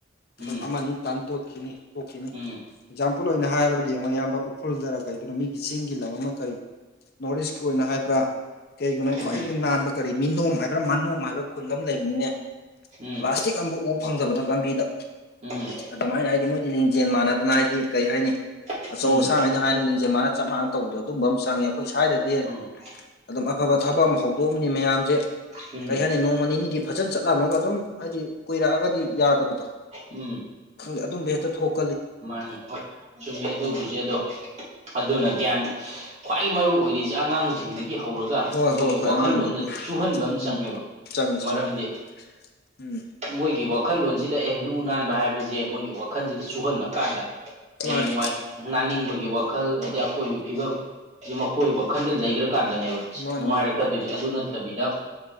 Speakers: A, on the right; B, on the left.
A: ꯎꯝ
B: <unintelligible> ꯑꯃꯅꯤ ꯇꯟ ꯇꯣꯠꯈꯤꯅꯤ ꯇꯣꯛꯈꯤꯅꯤ
A: ꯎꯝ
B: ꯑꯦꯛꯖꯥꯝꯄꯜ ꯑꯣꯏꯅ ꯍꯥꯏꯔꯕꯗ ꯌꯦꯡꯉꯣ ꯏꯌꯥꯝꯕ ꯎꯈ꯭ꯔꯨꯜꯗꯔ ꯀꯔꯤꯗꯅꯣ ꯃꯤꯒꯤ ꯆꯤꯡꯒꯤ ꯂꯝ ꯑꯃ ꯀꯔꯤ ꯅꯣꯔꯠ ꯏꯁꯀꯤ ꯑꯣꯏꯅ ꯍꯥꯏꯕ꯭ꯔ ꯀꯩꯒꯤꯅꯣ
A: ꯎꯝ
B: ꯈ꯭ꯋꯥꯏꯗꯒꯤ ꯅꯥꯟꯕ ꯀꯔꯤ ꯃꯤꯅꯣꯝ ꯍꯥꯏꯕ꯭ꯔ ꯃꯅꯣꯝ ꯍꯥꯏꯕ꯭ꯔ ꯈꯨꯟ ꯑꯝ ꯂꯩꯝꯅꯤꯅꯦ
A: ꯎꯝ
B: ꯄ꯭ꯂꯥꯁꯇꯤꯛ ꯑꯝꯕꯨꯛ ꯎ ꯐꯪꯗꯕꯗꫭ ꯂꯝꯕꯤꯗ
A: ꯎꯝ
B: ꯑꯗꯨꯃꯥꯏꯅ ꯍꯥꯏꯗꯤ ꯃꯣꯏꯗꯤ ꯂꯤꯡꯖꯦꯜ ꯃꯥꯟꯅꯗꯅ ꯍꯥꯏꯗꯤ ꯀꯔꯤ ꯍꯥꯏꯅꯤ
A: ꯎꯝ
B: ꯑꯆꯧ ꯑꯁꯥꯡ ꯍꯥꯏꯅ ꯍꯥꯏꯅ ꯂꯤꯡꯖꯦꯜ ꯃꯥꯅ ꯆꯞ ꯃꯥꯟꯅ ꯇꯧꯕꯗꯣ ꯑꯗꯨꯝꯕꯝ ꯆꯪꯉꯤ ꯑꯈꯣꯏ ꯁ꯭ꯋꯥꯏꯗꯗꯤ
A: ꯎꯝ ꯎꯝ
B: ꯑꯗꯨꯝꯃꯛ ꯑꯐꯕ ꯊꯕꯛ ꯑꯃ ꯍꯧꯗꯣꯛꯑꯝꯅꯤ ꯃꯌꯥꯝꯖꯦ
A: ꯎꯝ
B: ꯀꯔꯤ ꯍꯥꯏꯅꯤ ꯅꯣꯡꯃ ꯅꯤꯅꯤꯗꯤ ꯐꯖꯅ ꯆꯠꯂꯝꯃꯒ ꯑꯗꯨꯝ ꯍꯥꯏꯗꯤ ꯀꯨꯏꯔꯛꯑꯒꯗꯤ ꯌꯥꯗꯕꯗꯣ
A: ꯎꯝ
B: ꯈꯪꯗꯦ ꯑꯗꯨꯝꯕ ꯍꯦꯛꯇ ꯊꯣꯛ
A: ꯃꯥꯟꯅꯤ ꯍꯣꯏ ꯆꯨꯝꯃꯦ ꯑꯗꯨꯕꯨꯖꯦ ꯑꯗꯣ ꯑꯗꯨꯅ ꯒ꯭ꯌꯥꯟ ꯈ꯭ꯋꯥꯏ ꯃꯔꯨ ꯑꯣꯏꯔꯤꯖꯦ ꯑꯉꯥꯡꯖꯤꯡꯗꯒꯤ ꯍꯧꯔ ꯒ
B: ꯍꯣꯏ
A: ꯃꯣꯏꯒꯤ
B: ꯍꯣꯏ ꯍꯣꯏ
A: ꯋꯥꯈꯜꯂꯣꯟꯗꯖꯨ
B: ꯑꯉꯥꯡꯗꯨꯒꯤ
A: ꯆꯨꯍꯟꯕꯝ ꯆꯪꯉꯦꯕ
B: ꯎꯝ ꯆꯪꯉꯤ
A: ꯃꯔꯝꯗꯤ
B: ꯆꯪꯉꯤ ꯎꯝ
A: ꯃꯣꯏꯒꯤ ꯋꯥꯈꯜꯂꯣꯟꯖꯤꯗ ꯑꯦ ꯂꯨ ꯅꯥꯟꯕ ꯍꯥꯏꯕꯁꯦ ꯃꯣꯏꯒꯤ ꯋꯥꯈꯜꯁꯤꯗ ꯆꯨꯍꯜꯂꯀꯥꯟꯗ ꯍꯌꯦꯡꯋꯥꯏ
B: ꯃꯥꯅꯤ
A: ꯥꯅꯥꯟꯅꯤꯡꯕꯒꯤ ꯋꯥꯈꯜ ꯑꯗꯩ ꯑꯀꯣꯏꯕꯩ ꯐꯤꯕꯝꯁꯦ ꯃꯈꯣꯏ ꯋꯥꯈꯜꯗ ꯂꯩꯒ꯭ꯔ ꯀꯥꯟꯗꯅꯦꯕ
B: ꯃꯥꯅꯤ
A: ꯅꯨꯡꯉꯥꯏꯔꯛꯀꯗꯨꯏꯖꯦ
B: ꯃꯥꯅꯤ
A: ꯑꯗꯨ ꯅꯠꯇꯕꯤꯗ